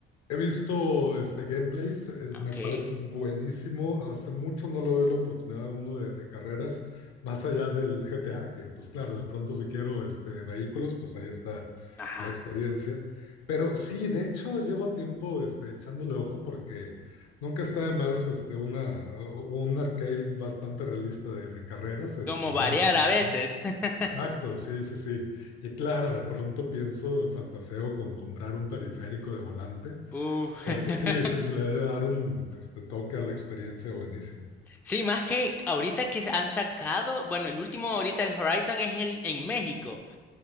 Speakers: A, on the left; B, in the centre.
A: He visto este gameplays, es-
B: Ok.
A: me parece buenísimo. Hace mucho no le doy la oportunidad a uno de, de carreras, más allá del GTA, que pues claro, de pronto si quiero este, vehículos, pues ahí está
B: Ajá.
A: la experiencia. Pero sí, de hecho, llevo tiempo este, echándole ojo porque nunca está de más este, una, o- un arcade bastante realista de, de carreras, este,
B: Como
A: buena
B: variar
A: simulación.
B: a veces. <laughs>
A: Exacto, sí, sí, sí. Y claro, de pronto pienso, fantaseo con comprar un periférico de volante
B: Uh,
A: porque sí,
B: <laughs>
A: sí, sí, le debe dar un este, toque a la experiencia buenísimo.
B: sí, más que ahorita que han sacado, bueno, el último ahorita el Horizon es el en México.